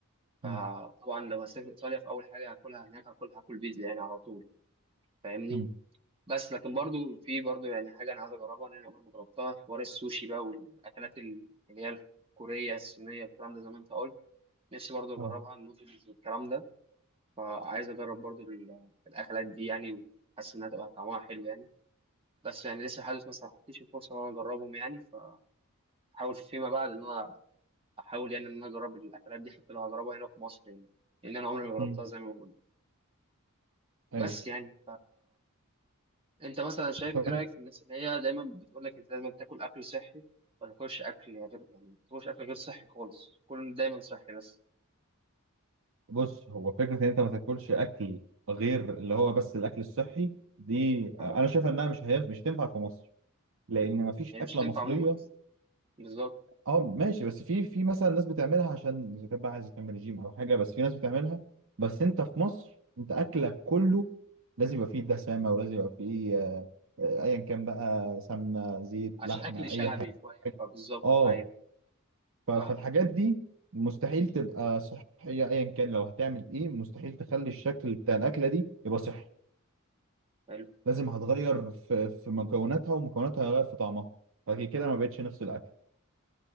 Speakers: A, on the right (about 25°); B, on the right (about 65°).
A: فطبعا
B: امم
A: لو هسافر ايطاليا في اول حاجه هاكلها هناك هاكل هاكل بيتزا يعني على طول فاهمني
B: امم
A: بس لكن برضو في برضو يعني حاجه انا عايز اجربها لان انا عمري ما جربتها حوار السوشي بقى والاكلات ال- اللي هي الكوريه الصينيه الكلام ده زي ما انت قلت نفسي برضو اجربها
B: اه
A: النودلز والكلام ده عايز اجرب برضو ال- الاكلات دي يعني وحاسس انها تبقى طعمها حلو يعني بس يعني لسه حاسس ما سمحتليش الفرصه ان انا اجربهم يعني فحاول فيما بعد ان انا احاول يعني ان انا اجرب الاكلات دي حتى لو هجربها هنا في مصر يعني لان انا عمري ما جربتها
B: امم
A: زي ما بقول
B: ايوه
A: بس يعني انت مثلا شايف
B: طيب.
A: ايه رايك في الناس اللي هي دايما بتقول لك انت لازم تاكل اكل صحي ما تاكلش اكل يعني غير يعني ما تاكلش اكل غير صحي خالص كل دايما صحي بس
B: بص هو فكرة إن أنت ما تاكلش أكل غير اللي هو بس الأكل الصحي دي
A: ف...
B: آه، أنا شايف إنها مش هي مش تنفع في مصر لأن ما فيش
A: يعني
B: أكلة
A: مش تنفع
B: مصرية
A: عموما اصلا بالظبط
B: أه ماشي بس في في مثلا ناس بتعملها عشان إذا كانت بقى عايزة تعمل رجيم أو حاجة بس في ناس بتعملها بس أنت في مصر أنت أكلك كله لازم يبقى فيه دسامة ولازم يبقى فيه آه، آه، أيا كان بقى سمنة زيت
A: عشان
B: لحمة
A: اكل شعبي
B: أي حاجة
A: شويه فبالظبط
B: اه
A: ايوه
B: ف- فالحاجات
A: صح
B: دي مستحيل تبقى صحية ايا كان لو هتعمل ايه مستحيل تخلي الشكل بتاع الاكلة دي يبقى صحي
A: حلو
B: لازم هتغير في في مكوناتها ومكوناتها هتغير في طعمها فكده كده ما بقتش نفس الاكل